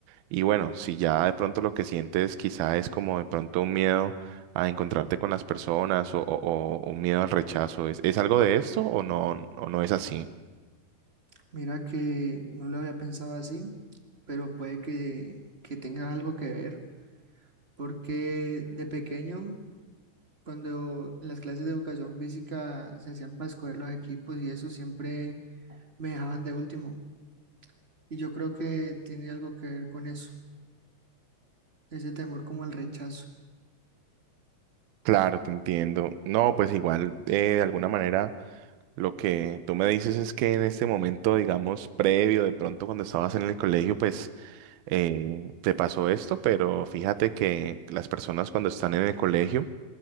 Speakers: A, on the right; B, on the right.
A: Y bueno, si ya de pronto lo que sientes quizá es como de pronto un miedo a encontrarte con las personas o, o- o un miedo al rechazo, ¿es, es algo de esto o no, o no es así?
B: Mira que no lo había pensado así, pero puede que, que tenga algo que ver, porque de pequeño... Cuando en las clases de educación física se hacían para escoger los equipos y eso siempre me dejaban de último. Y yo creo que tiene algo que ver con eso, ese temor como al rechazo.
A: Claro, te entiendo. No, pues igual, eh, de alguna manera, lo que tú me dices es que en este momento, digamos, previo, de pronto cuando estabas en el colegio, pues eh, te pasó esto, pero fíjate que las personas cuando están en el colegio,